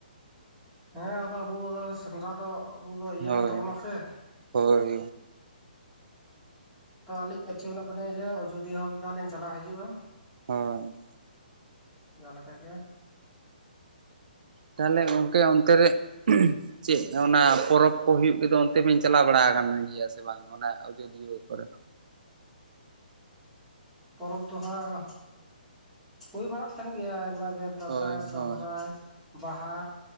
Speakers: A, in the centre; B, on the right.
A: ᱦᱮᱸ ᱟᱫᱚ ᱟᱵᱚ ᱥᱮᱸᱫᱽᱨᱟ ᱫᱚ ᱟᱵᱚ ᱫᱚ ᱤᱭᱟᱹ
B: ᱦᱳᱭ
A: ᱠᱟᱱ ᱛᱟᱵᱚᱱᱟ ᱥᱮ
B: ᱦᱳᱭ
A: ᱛᱚ ᱟᱹᱞᱤᱧ-ᱟ ᱤᱪᱟᱹ ᱢᱮᱱᱟᱜ ᱛᱟᱹᱤᱧᱟ ᱡᱮ ᱟᱡᱚᱫᱫᱤᱭᱟᱹ ᱦᱚᱸ ᱢᱤᱫ ᱫᱷᱟᱣ ᱞᱤᱧ ᱪᱟᱟᱜᱣ ᱦᱤᱡᱩᱜᱼᱟ᱾
B: ᱦᱳᱭ
A: ᱡᱟ ᱞᱮᱠᱟᱜᱮ
B: ᱛᱟᱦᱚᱞᱮ ᱜᱚᱝᱠᱮ ᱚᱱᱛᱮ ᱨᱮ ᱪᱮᱫ ᱚᱱᱟ ᱯᱚᱨᱚᱵᱽ ᱠᱚ ᱦᱩᱭᱩᱜ ᱛᱚ ᱚᱱᱛᱮ ᱢᱟᱧ ᱪᱟᱞᱟᱣ ᱵᱟᱲᱟ ᱜᱤᱭᱟᱹᱮ ᱵᱟᱝ ᱚᱱᱟ ᱟᱡᱽᱫᱤᱭᱟᱹ ᱠᱚᱨᱮ
A: <inaudible> ᱯᱚᱨᱚᱵᱽ ᱫᱚᱦᱟᱸᱜ ᱦᱩᱭ ᱵᱟᱲᱟᱜ ᱛᱟᱦᱮᱱ ᱜᱮᱭᱟ᱾ ᱟᱭᱢᱟ ᱟᱜ ᱫᱟᱸᱥᱟᱭ,
B: ᱦᱳᱭ
A: ᱥᱚᱦᱟᱨᱟᱭ,
B: ᱦᱳᱭ
A: ᱵᱟᱦᱟ